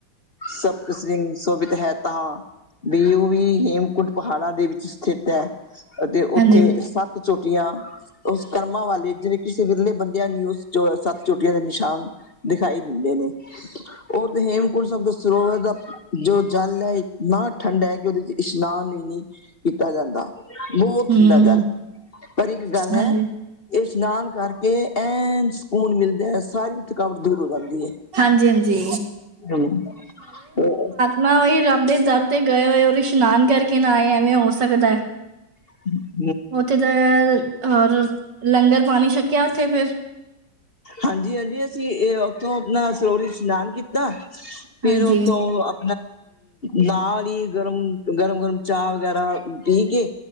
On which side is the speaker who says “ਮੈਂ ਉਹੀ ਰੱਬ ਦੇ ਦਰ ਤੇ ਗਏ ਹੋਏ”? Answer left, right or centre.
Right